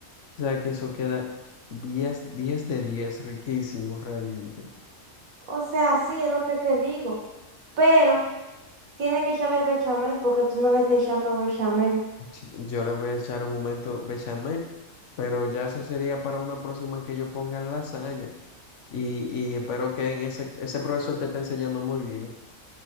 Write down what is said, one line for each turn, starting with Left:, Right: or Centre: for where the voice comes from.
Left: O sea que eso queda 10 10 de 10 riquísimo realmente.
Right: o sea, sí, es lo que te digo, pero tiene que echarle bechamel porque tú no le estás echando bechamel.
Left: Ch- Yo le voy a echar un momento bechamel, pero ya eso sería para una próxima que yo ponga la lasaña. Y, y espero que en ese, ese profesor te esté enseñando muy bien.